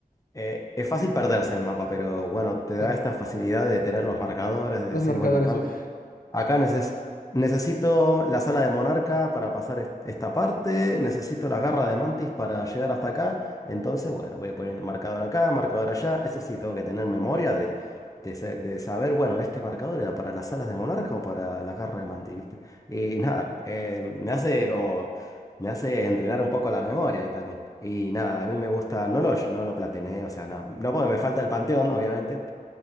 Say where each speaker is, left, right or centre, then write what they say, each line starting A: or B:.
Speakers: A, on the left (about 20°); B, on the left (about 65°).
A: eh, es fácil perderse en el mapa, pero bueno, te da
B: Sí,
A: esta facilidad de tener los marcadores, de decir,
B: los marcadores,
A: bueno, acá
B: uff.
A: Acá neces- necesito la sala de Monarca para pasar est- esta parte, necesito la garra de Mantis para llegar hasta acá. Entonces, bueno, voy poniendo marcador acá, marcador allá. Eso sí, tengo que tener memoria de, de, sa- de saber, bueno, este marcador era para las salas de Monarca o para las garras de Mantis, ¿viste? Y nada, eh, me hace como... Me hace entrenar un poco la memoria ahí también. Y nada, a mí me gusta Nolosh, no lo platiné, o sea, no, no porque me falta el panteón, obviamente,